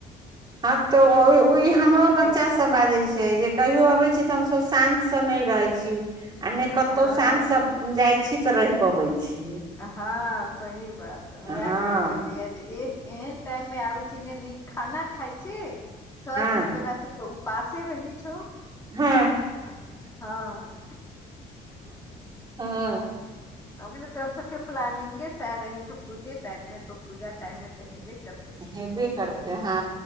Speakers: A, on the right; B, on the left.
A: हँ तऽ ओ ई हमरो बच्चा
B: एह
A: सब बाजे छै जे कहियो अबे छी तऽ हमसब शान्त सँ नहि रहै छी आ नहि कतौ
B: हँ
A: शान्त सँ जाइ छी तऽ रहि पबै छिये
B: हँ सही बात उएह
A: हँ
B: कहै छलियै जे ए एहन टाइम मे आबे छी नइ नीक खाना खाय छी सब
A: हँ
B: दिन तोरा सब के उपासे रहै छौ
A: हँ
B: हँ हँ
A: हँ
B: हम कहलिये तोर सबके प्लानिंगे सैह रहे छौ पूजे टाइम मे तो पूजा टाइम मे तऽ हेबे कर
A: हेबे करते हँ